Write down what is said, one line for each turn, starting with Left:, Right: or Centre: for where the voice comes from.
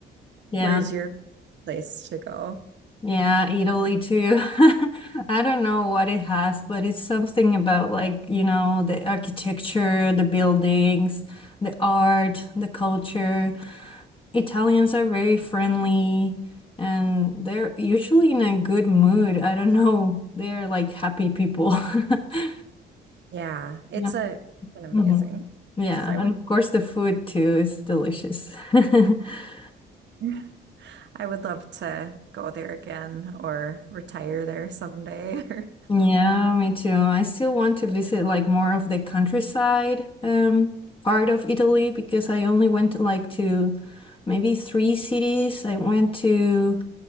Left: Yeah,
Right: Where's your place to go?
Left: yeah, Italy too. <laughs> I don't know what it has, but it's something about like, you know, the architecture, the buildings, the art, the culture. Italians are very friendly and they're usually in a good mood. I don't know. They're like happy people. <laughs>
Right: Yeah, it's
Left: Yeah.
Right: a it's an amazing.
Left: Mhm. Yeah,
Right: So I would
Left: and of course the food too is delicious. <laughs>
Right: <laughs> I would love to go there again or retire there someday. <laughs>
Left: Yeah, me too. I still want to visit like more of the countryside um part of Italy because I only went like to maybe three cities. I went to